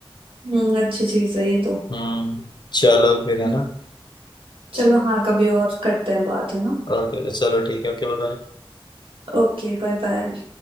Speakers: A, on the right; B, on the left.
A: हम्म, अच्छी चीज है ये तो
B: हम्म चलो फिर है
A: हम्म,
B: ना
A: चलो हाँ कभी और करते हैं बात है ना
B: ओके चलो ठीक है ओके बाय
A: Okay bye bye